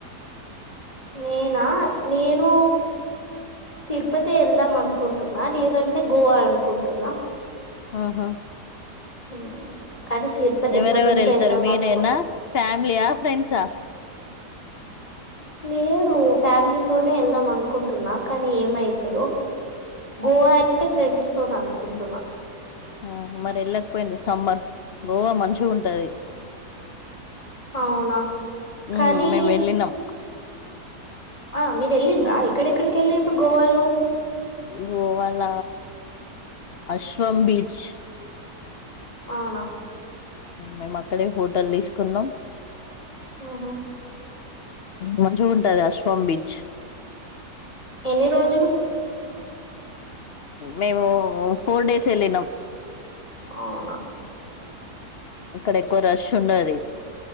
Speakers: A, on the left (about 20°); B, on the left (about 60°).
A: నేనా నేను తిరుపతి వెళ్దాం అనుకుంటున్నా లేదంటే గోవా అనుకుంటున్నా.
B: ఆహ
A: ఉమ్, కానీ తిరుపతి
B: ఎవరెవరు
A: ఎప్పటి నుంచో
B: వెళ్తారు
A: వెళ్దాం
B: మీరేనా
A: అనుకుంటున్నా
B: ఫ్యామిలీయా ఫ్రెండ్సా.
A: లేదు ఫ్యామిలీతోనే వెళ్దాం అనుకుంటున్నా కానీ ఏమవుతుదొ గోవా అయితే ఫ్రెండ్స్ తో నా కుంటున్న
B: ఆ మరి వెళ్ళకపోయిం సమ్మర్ గోవా మంచిగా ఉంటది.
A: అవునా
B: మ్మ్,
A: కానీ
B: మేము వెళ్ళినాం
A: ఆ మీరు వెళ్ళిండ్రా ఎక్కడెక్కడికి వెళ్ళిండు గోవాలో.
B: గోవాల అశ్వం బీచ్
A: అవునా
B: మేము అక్కడే హోటల్ తీసుకున్నాం.
A: ఓహో
B: మంచిగుంటది అశ్వం బీచ్
A: ఎన్ని రోజులు
B: మేము ఫోర్ డేస్ వెళ్ళినాం
A: అవునా
B: ఇక్కడ ఎక్కువ రష్ చుండది